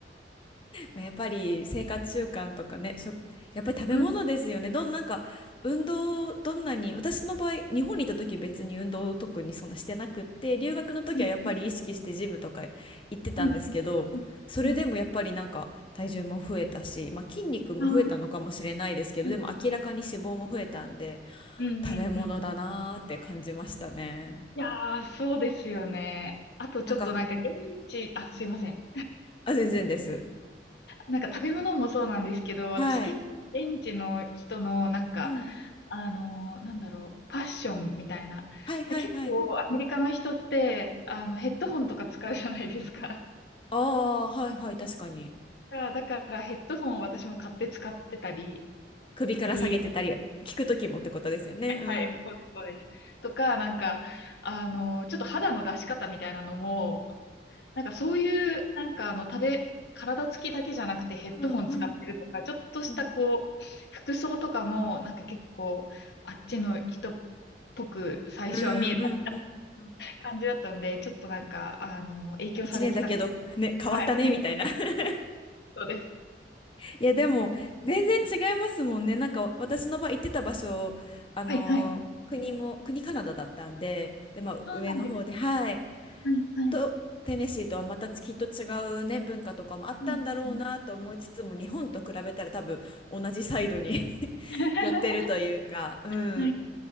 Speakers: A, on the left; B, on the left.
A: まあやっぱり生活習慣とかね、食、やっぱり食べ物ですよね。
B: うん、
A: どん、なんか運動、どんなに、私の場合、日本にいた時別に運動を特にそんなしてなくって、留学の時はやっぱり意識してジムとか行ってたんですけど、
B: うん、うん、
A: それでもやっぱりなんか体重も増えたし、
B: うん。
A: まあ、筋肉も増えたのかもしれないですけど、
B: ああー、うん、
A: でも明らかに脂肪も増えたんで、
B: うん、うん。
A: 食べ物だなーって感じましたね。
B: うんいやー、そうですよね。あとちょっとなんか現地、
A: なんか、
B: あ、すいません。
A: あ、全然です。
B: なんか食べ物もそうなんですけど、私結構現地の人のなんか、
A: はい。うん。
B: あのーなんだろう、ファッションみたいな。
A: はいはいはい。
B: 結構アメリカの人って、あの、ヘッドホンとか使うじゃないですか。
A: ああ、はいはい、確かに。
B: だから、だからヘッドホンを私も買って使ってたり、
A: 首から下げてたり、
B: り、
A: 聞くときもってことですよね。うん。
B: はい、そうです、そうです。とか、なんか、あの、ちょっと肌の出し方みたいなのも、なんかそういう、なんかあの、食べ、体つきだけじゃなくてヘッドホン使ってるとか、
A: うんうん
B: ちょっとしたこう、
A: うん
B: 服装とかも、なんか結構、あっちの人っぽく最初は見えた
A: うんうんうんうん。
B: 感じだったので、ちょっとなんか、あの、影響されてた。
A: 一年だけど、ね、変わったね、
B: はい、<laughs>
A: みたいな。<laughs>
B: そうです。
A: いや、でも、全然違いますもんね。なんか、私の場合行ってた場所、あのー国も、
B: はいはい。
A: 国カナダだったんで、で、まあ、
B: そうなんです。
A: 上の方で、はい。
B: はいはい。
A: と、テネシーとはまたきっと違うね、文化とかもあったんだろうなと思いつつも、
B: うんうん
A: 日本と比べたら多分、
B: うん。
A: 同じサイドに <laughs>
B: <laughs>
A: 寄ってるというか、うん。
B: はい。